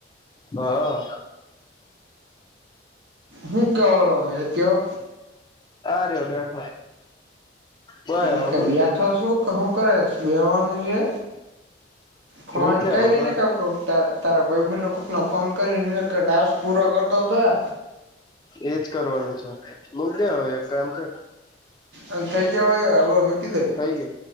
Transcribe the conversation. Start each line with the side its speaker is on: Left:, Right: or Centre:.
Left: હા
Right: હું કેવાય તયો
Left: આ રિયો બેઠો બસ હવે
Right: હ કે
Left: મૂક
Right: બે્યાઠ
Left: દે
Right: શું કે શું કરે બેવાનું છે. ફોન
Left: મૂક દે
Right: કરીને
Left: હવે
Right: તારા ભાઈબન્ધ કોકનો ફોન કરીને ટાસ્ક પૂરા કરતો થા
Left: એજ કરવાનું છે મક દે હવે એક કામ છે.
Right: અને થઈ જવા આવો હવે મૂકી દે
Left: થઈ ગઈ.